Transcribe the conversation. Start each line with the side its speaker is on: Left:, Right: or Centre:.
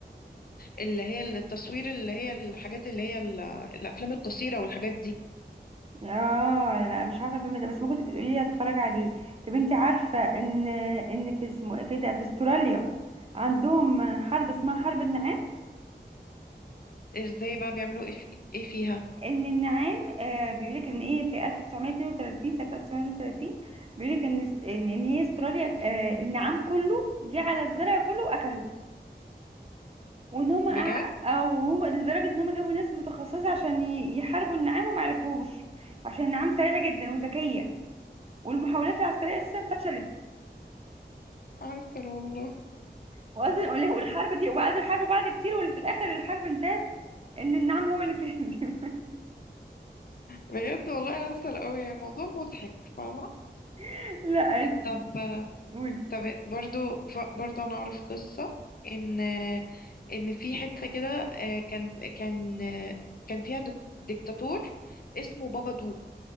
Left: اللي هي التصوير اللي هي الحاجات اللي هي ال- الافلام القصيره والحاجات دي
Right: اه لا مش عارفه الفيلم ده بس ممكن تبقي تقولي لي اتفرج عليه طب انت عارفه ان ان في اسمه في ده في استراليا عندهم حرب اسمها حرب النعام
Left: ازاي بقى بيعملوا ايه في- إيه فيها
Right: ان النعام آه بيقولك ان ايه في 1932 سنه 1932 بيقولك ان است- ان إن هي استراليا آه النعام كله جه على الزرع كله واكله وان هم أع...
Left: بجد
Right: او هم لدرجه ان هم جابوا ناس متخصصه عشان ي- يحاربوا النعام وما عرفوش عشان النعام سريعه جدا وذكيه والمحاولات العسكريه اساسا فشلت
Left: <laughs> عسل والله
Right: واصلا وال- والحرب دي وقعدوا يحاربوا بعض كتير وفي الاخر الحرب انتهت ان النعام هو اللي كسب
Left: بجد والله عسل قوي موضوع مضحك فاهمه
Right: <laughs> لا
Left: طب
Right: قولي
Left: طب برضو ف- برضو انا اعرف قصة ان ان في حتة كده آه، كان كان آه، كان فيها دك- ديكتاتور اسمه بابا دو